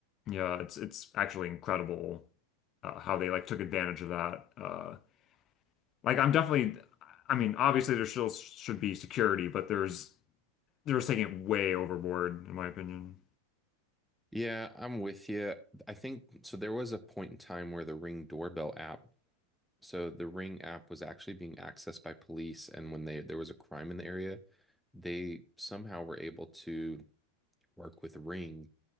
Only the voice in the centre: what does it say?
Yeah, I'm with you. I think so there was a point in time where the Ring doorbell app So the Ring app was actually being accessed by police, and when they there was a crime in the area, they somehow were able to work with Ring,